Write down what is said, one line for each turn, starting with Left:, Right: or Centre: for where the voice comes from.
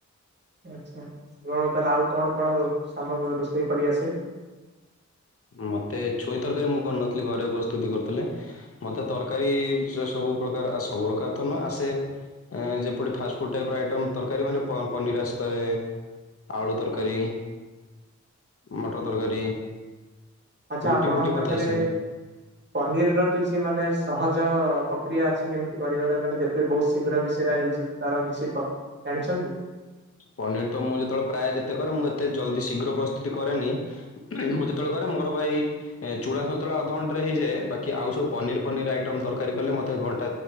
Right: ଆଚ୍ଛା କଣ ତାହେଲେ ଆଉ କଣ କଣ ସାମଗ୍ରୀ ରୋଷେଇ କରିଆସେ
Left: ମତେ ଛୁଇଁ ତରକାରୀ ମୁଁ କରିନଥିଲି ଘରେ ପ୍ରସ୍ତୁତି କରିଥିଲେ ମତେ ତରକାରୀ ସବୁ ପ୍ରକାର ସବୁ ପ୍ରକାର ତ ନ ଆସେ ଯେପରି ଫାଷ୍ଟଫୁଡ ଟାଇପ ର ଆଇଟମ ତରକାରୀ ମାନେ ପନିର ଆସିପାରେ ଆଳୁ ତରକାରୀ ମଟର ତରକାରୀ
Right: ଆଚ୍ଛା
Left: ରୁଟି
Right: ଆପଣଙ୍କ
Left: ଫୁଟି
Right: ପାଖରେ
Left: ମତେ ଆସେନି।
Right: ପନିର ର କିଛି ମାନେ ସହଜ ପ୍ରକ୍ରିୟା ଅଛି କେମିତି କରିବାର ମାନେ ଯେତେ ବହୁତ ଶୀଘ୍ର ବିଷୟରେ ହେଇଯିବ ତାର କିଛି ଜାଣିଛନ୍ତି
Left: ପନିର ତ ମୁଁ ଯେତେବେଳେ ପ୍ରାୟ ଯେତେ କରେ ମୁଁ ଏତେ ଜଲଦି ଶୀଘ୍ର ପ୍ରସ୍ତୁତି କରେନି ମୁଁ ଯେତେବେଳେ କରେ ମୋର ଭାଇ ଏ ଚୂଡ଼ା ସନ୍ତୁଳା ଅଧଘଣ୍ଟାରେ ହେଇଯା ବାକି ଆଉ ସବୁ ପନିର ପନିର ଆଇଟମ ତରକାରୀ କଲେ ମତେ ଘଣ୍ଟା